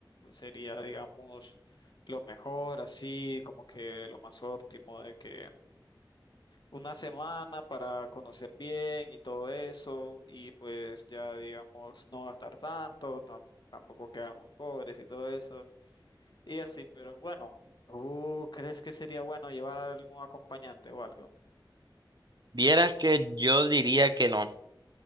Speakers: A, on the left (about 60°); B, on the right (about 55°).
A: Sería, digamos, lo mejor, así, como que lo más óptimo de que una semana para conocer bien y todo eso, y pues ya digamos no gastar tanto, tam- tampoco quedarnos pobres y todo eso, y así, pero bueno, ¿tú crees que sería bueno llevar a algún acompañante o algo?
B: Vieras que yo diría que no,